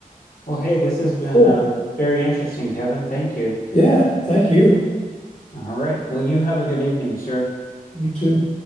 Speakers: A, on the left; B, on the left.
A: Well, hey, this has been
B: Cool.
A: um, very interesting, Kevin. Thank you.
B: Yeah, thank you.
A: All right. Well, you have a good evening, sir.
B: You too.